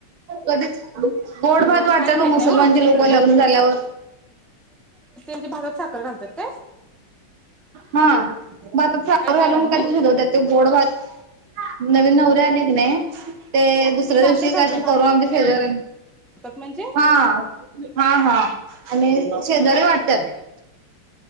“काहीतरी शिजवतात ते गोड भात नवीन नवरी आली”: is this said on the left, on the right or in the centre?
Right